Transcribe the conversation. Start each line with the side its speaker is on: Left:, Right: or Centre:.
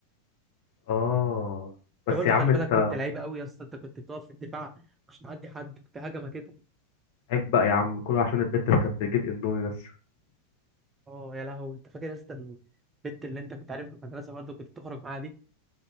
Left: اه بس
Right: انت برضه
Left: يا عم
Right: خلي بالك
Left: انت
Right: كنت لعيب قوي يا اسطى انت كنت بتقف في الدفاع مش تعدي حد كنت هجمه كده
Left: عيب بقى يا عم كله عشان البت اللي كانت بتجيب اندومي بس
Right: اه يا لهوي انت فاكر يا اسطى البت اللي انت كنت عارف في المدرسه برضه كنت تخرج معاها دي